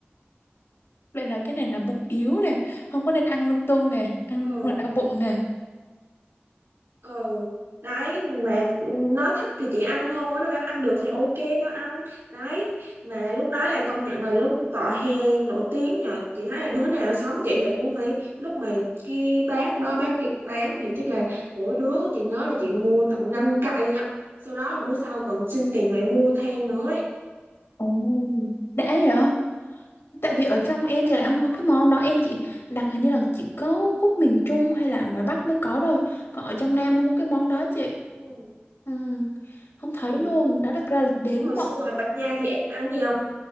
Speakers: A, on the left (about 75°); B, on the right (about 70°).
A: Vậy là cái này là bụng yếu nè, không có nên ăn lung tung nè, ăn
B: Ừ,
A: lung tung là đau bụng nè.
B: ờ đấy mà nó thích thì chị ăn thôi nó bảo ăn được thì ok tao ăn đấy mà lúc đó là công nhận là lúc tọa hè nổi tiếng nhờ chị thấy là đứa nào sống chị là cũng phải lúc mà cái bác đó bác kia bán thì chắc là mỗi đứa chị nhớ là chị mua tận 5 cây á sau đó là bữa sau còn xin tiền mẹ mua thêm nữa ấy
A: Ồ. Đã vậy hả? Tại vì ở trong em thì lại không có cái món đó Em chỉ đặt hình như là chỉ có khúc miền Trung hay là ngoài Bắc mới có thôi Còn ở trong Nam không có cái món đó chị
B: ừ.
A: Ừ, không
B: ừ.
A: thấy luôn nó được ra là đến
B: hồi
A: tận
B: xưa ngoài Bạch Nha thì em ăn gì không